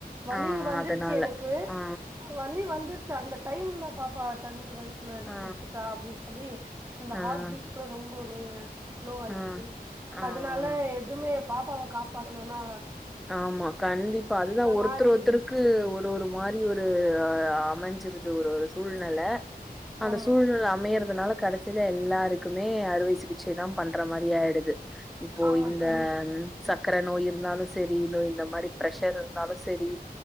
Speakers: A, on the right; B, in the centre.
A: வலி
B: ஆ
A: வந்துருச்சு
B: அதனால.
A: எனக்கு
B: ஆ.
A: வலி வந்துருச்சு அந்த டைம்ல பாப்பா தண்ணி வயி த்துல
B: ஆ.
A: குடிச்சிட்டா அப்டின் சொல்லி அந்த
B: ஆ. ஆ.
A: ஹார்ட் பீட் கூட ரொம்ப <unintelligible> ஸ்லோ ஆயிடுச்சி
B: ஆ. ஆ.
A: அதனால எதுமே பாப்பாவ காப்பாத்னோனா
B: ஆமா கண்டிப்பா அதுதா ஒருத்தர்
A: மாரி
B: ஒருத்தருக் கு ஒரு ஒரு மாரி ஒரு அமஞ்சிருது ஒரு ஒரு சூழ்நெல அந்த
A: ஆமா
B: சூழ்நெல அமையறதுனால கடசி ல எல்லாருக்குமே அறுவை சிகிச்சைதா பண்ற மாரி ஆயிடுது இப்போ
A: ஆமா
B: இந்த
A: தோழி
B: சக்கர நோய் இருந்தாலோ சரி இன்னு இந்த மாரி ப்ரெஷர் இருந்தாலு சரி